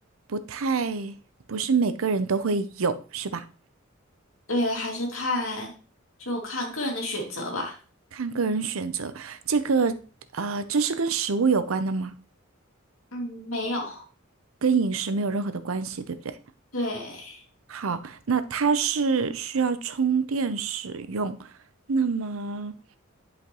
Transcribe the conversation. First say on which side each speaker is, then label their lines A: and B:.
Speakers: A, on the right; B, on the left.
A: 不太，不是每个人都会有，是吧？
B: 对，还是看就看个人的选择吧。
A: 看个人选择。这个啊，这是跟食物有关的吗？
B: 嗯，没有，
A: 跟饮食没有任何的关系，对不对？
B: 对，
A: 好，那它是需要充电使用，那么。